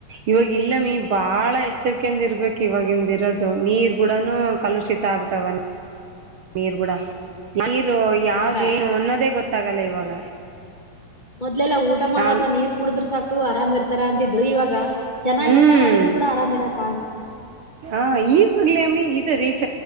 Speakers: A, on the right; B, on the left.
A: ಇವಾಗ ಇಲ್ಲಮಿ ಬಾಳ ಎಚ್ಚರಿಕೆಯಿಂದ್ ಇರ್ಬೇಕ್ ಇವಾಗಿಂದ ಇರೋದು. ನೀರ್ ಕೂಡನು
B: ಹೌದಕ್ಕ
A: ಕಲುಷಿತ
B: ಬಾಳ್
A: ಆಬಿಟ್ಟಾವ <inaudible> ನೀರ್ ಕೂಡ
B: ಹಾ ಅಕ್ಕ
A: ನೀರು
B: ಹೌದಕ್ಕ
A: ಯಾವ್ದೇನು ಅನ್ನೋದೇ ಗೊತ್ತಾಗಲ್ಲ ಇವಾಗ.
B: ಮೊದ್ಲೆಲ್ಲಾ ಊಟ ಮಾಡಲಾರ್ದ
A: ನಾನ್
B: ನೀರ್ ಕುಡಿದ್ರ ಸಾಕು ಆರಾಮ್ ಇರ್ತಾರ ಅಂತಿದ್ರರು ಇವಾಗ ಚೆನ್ನಾಗ್
A: ಹ್ಮ್
B: ಊಟ ಮಾಡಿದ್ರು ಕೂಡ ಆರಾಮ್ ಇರಾಕ್ ಆಗಂಗಿಲ್.
A: ಹಾ ಈವಾಗ್ಲೇಮ್ಮಿ ಇದ ರೀಸ